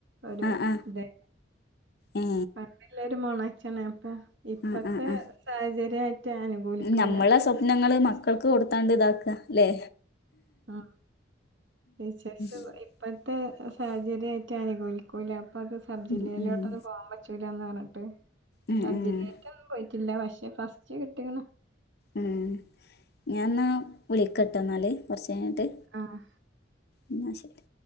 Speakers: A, on the right (about 70°); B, on the left (about 55°).
A: ഒരു
B: ആ ആ
A: ഇതെ
B: ഏ
A: <unintelligible> ഒര് മോണാക്ട് ക്കാണ് അപ്പം ഇപ്പത്തെ
B: ആ ആ ആ
A: സാഹചര്യായിറ്റ് അനുകൂലിക്കൂല്ലാന്ന്
B: നമ്മളെ
A: പറഞ്ഞ്
B: സ്വപ്നങ്ങള്
A: <unintelligible>
B: മക്കൾക്ക് കൊടുത്താണ്ട് ഇതാക്കാ ല്ലെ
A: ആഹ് ടീച്ചേഴ്സ്
B: ഇപ്പത്തെ
A: ഇപ്പഴ്ത്തെ സാഹചര്യായിറ്റ് അനുകൂലിക്കൂലാ അപ്പൊ അത് സബ്ജില്ലയിലോട്ടൊന്നും
B: ഉം ഉം
A: പോവാൻ പറ്റൂലാന്ന് പറഞ്ഞിട്ട്
B: ഉം
A: സബ്ജില്ലേക്കൊന്നും
B: ഉം
A: പോയിറ്റില്ലാ പക്ഷെ ഫസ്റ്റ് കിട്ടീക്കണ്
B: ഏഹ് ഞാൻ ഇന്നാ വിളിക്കട്ടാ എന്നാല് കൊറച്ചഴിഞ്ഞിട്ട്
A: ആഹ്
B: എന്നാ ശരി